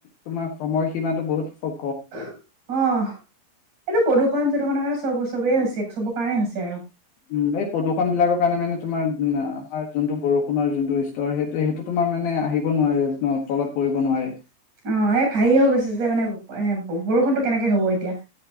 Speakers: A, on the left; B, on the right.
A: তোমাৰ সময়সীমাটো বহুত স
B: অহ, এইটো প্ৰদূষণ চদূষখনৰ কাৰণে চব চবেই হৈছে চবক কাৰণেই হৈছে আৰু।
A: উম, এই প্ৰদূষণ বিলাকৰ কাৰণে মানে তোমাৰ আমাৰ যোনটো বৰষুণৰ যোনটো স্তৰ সেইটো সেইটো তোমাৰ মানে আহিব নোৱাৰে ন, তলত পৰিব নোৱাৰে।
B: অ এই হেৰি হৈ গৈছে যে মানে এ বৰষুণতো কেনেকে হ'ব এতিয়া,